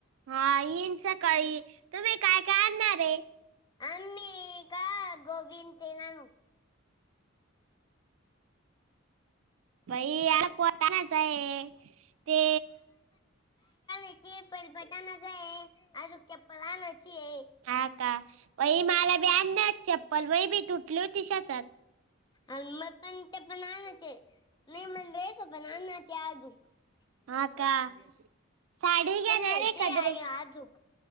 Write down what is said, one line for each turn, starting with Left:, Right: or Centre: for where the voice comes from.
Right: हा येईन सकाळी, तुम्ही काय काय आणणार आहे?
Left: आम्ही का गोबी आणि तेन आणू?
Right: भाई <unintelligible> आहे ते
Left: <unintelligible> अजूक चप्पल आणायची आहे.
Right: हा का बाई मला आण नाय चप्पल माझी तुटली होती शेतात.
Left: आणि मग पण ते पण आणायचे.
Right: <inaudible>
Left: नाही मग <unintelligible> आणायचे आजूक.
Right: हा
Left: साडी
Right: का
Left: पण
Right: साडी घेणार
Left: घ्यायची आहे
Right: का
Left: आई
Right: ड्रेस
Left: आजूक.